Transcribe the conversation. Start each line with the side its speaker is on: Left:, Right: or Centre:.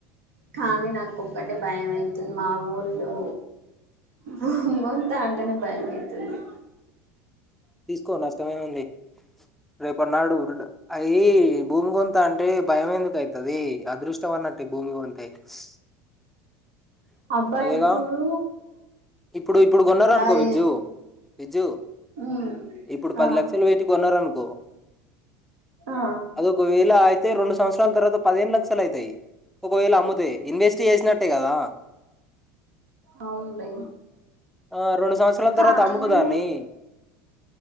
Right: కానీ నాకి ఓగట్ అంటే భయంమవుతుంది మా ఊళ్ళు భూ కొంత అంటనే భయ అవుతుంది
Centre: తీసుకో నష్టమేం ఉంది రేపు అన్నాడు అది భూమి కొంత అంటే భయం ఎందుకైత్ అది అదృష్టవన్నట్టే భూమి ఉంటే స్
Right: అబ్బాయి
Centre: అదేగా
Right: ఇప్పుడు
Centre: ఇప్పుడు ఇప్పుడు కొన్న
Right: గాయి
Centre: అనుకో విజ్జు విజ్జు
Right: ఉమ్
Centre: ఇప్పుడు పది
Right: ఆ
Centre: లక్షలు పెటి కొన్నారునుకో
Right: ఆ
Centre: అదొక వేళ అయితే రెండు సంవత్స తర్వాత పదిహేను లక్షలు అయితాయి ఒకవేళ అమ్ముతాయి ఇన్వెస్ట్ చేసినట్టే కదా
Right: అవును లే
Centre: ఆ రెండు సంవత్సరాల
Right: కానీ
Centre: తర్వాత అమ్ముకోదాన్ని